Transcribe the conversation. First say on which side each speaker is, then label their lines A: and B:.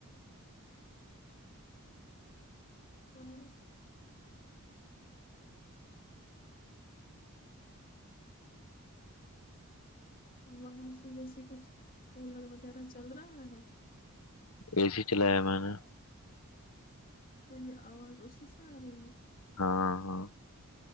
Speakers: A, on the left; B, on the left.
A: پانچ وہاں سے جیسے کچھ کولر وغیرہ چل رہا ہے
B: اے سی چلایا میں نے
A: تو یے آواز اسی سے آ رہی ہے
B: ہاں ہاں